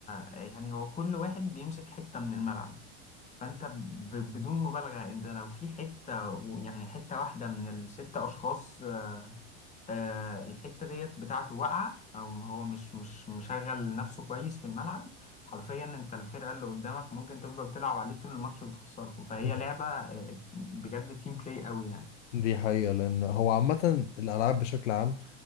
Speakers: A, on the left; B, on the left.
A: يعني هو كل واحد بيمسك حته من الملعب فانت ب- بدون مبالغه انت لو في حته يعني حته واحده من الست اشخاص آه، الحتة ديت بتاعته واقعة أو هو مش مش مشغل نفسه كويس في الملعب حرفيا أنت الفرقة اللي قدامك ممكن تفضل تلعب عليه طول الماتش وتخسركوا فهي
B: <laughs>
A: لعبة آه، بجد تيم بلاي قوي يعني
B: دي حقيقة لأن هو عامة الألعاب بشكل عام